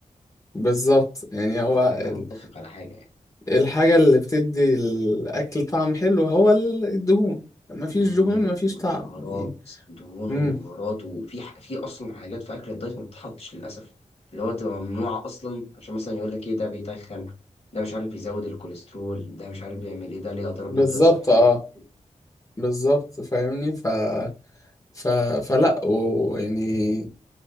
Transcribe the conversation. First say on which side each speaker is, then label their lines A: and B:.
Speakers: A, on the left (about 25°); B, on the left (about 50°).
A: بالظبط يعني
B: الا
A: هو
B: لو احنا
A: ال-
B: نتفق على حاجه يعني
A: الحاجة اللي بتدي الاكل طعم حلو هو ال- الدهون مفيش
B: الدهون
A: دهون مفيش
B: والبهارات
A: طعم يعني
B: الدهون
A: امم
B: والبهارات وفي ح- في اصلا حاجات في اكل الدايت ما بتتحطش للاسف اللي هو تبقى ممنوعه اصلا عشان مثلا يقول لك ايه ده بيتخن ده مش عارف بيزود الكوليسترول ده مش عارف بيعمل ايه ده ليه اضرار
A: بالظبط
B: من غير صحيه
A: اه بالظبط فاهمني ف... ف... فلا ويعني